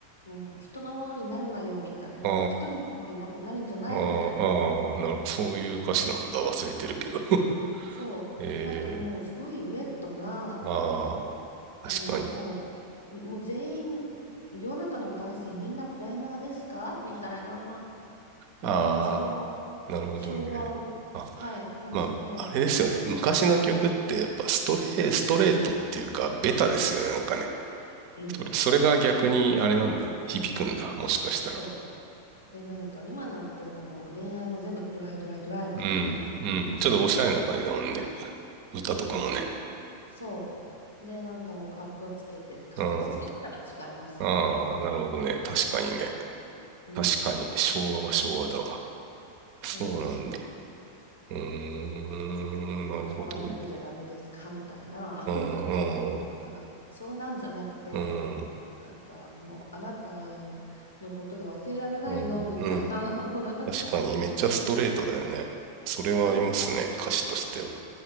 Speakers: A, on the left; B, on the right.
A: う、もうなんかもう人のものになるなよみたいな、
B: あ
A: 一人のものになる、なるんじゃないみたいな。
B: あ、ああ、ああ、なる、そういう歌詞なんだ。忘れてるけど。
A: そう。
B: <laughs> ええ。
A: なんかもうすごいウェットな、
B: ああ、
A: あの、
B: 確かに。
A: もう、もう全員、世の中の男性みんなポエマーですかみたいな
B: あ
A: 感じの
B: あ、なるほどね。
A: 昭和を、
B: あ、
A: はい、感じて、
B: まあ、あれですよね。昔の曲ってやっぱストレ、ストレートっていうか、ベタですよね。なんかね。
A: うん。
B: それ、それが逆にあれなんだ。響くんだ。もしかしたら。
A: そう。で、なんか今なんてなんかもう恋愛も全部ドライドライドライみたいな感じで。
B: うん、うん。ちょっとおしゃれな感じだもんね。歌とかもね。
A: うん、そう。で、なんかもう、かっこつけて、かっこつけ方が違いますよね。
B: うん。ああ、なるほどね。確かにね。
A: うん、
B: 確かに、昭和は昭和だわ。
A: そう。
B: そうなんだ。うーん、
A: なん
B: なるほど。
A: か可愛いだけじゃダメですかみたいな。
B: うん、
A: <laughs>
B: うん、
A: なんか、そうなんじゃなくて、
B: うん、
A: なんかもう、あなたのことが忘れられないのみたいな、
B: うん、うん。
A: <laughs> もうなんか、
B: 確かに、めっちゃストレートだよね。それはありますね、
A: そう、
B: 歌詞としては。